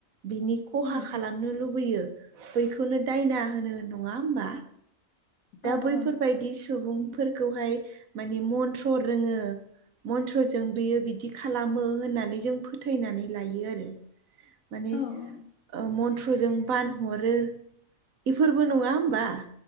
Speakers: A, on the right; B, on the left.
A: बिनि खहा
B: उम
A: खालामनो
B: उम
A: लुबैयो बैखौनो दायना होनो नङा होमबा दा
B: औ
A: बैफोरबायदि
B: औ
A: सुबुंफोरखौहाय माने मन्थ्र रोङो मन्त्रजों बियो बिदि खालामो होननानै जों फोथायनानै लायो आरो माने
B: औ औ
A: ओ मन्थ्रजों बानहरो बेफोरबो नङा होमबा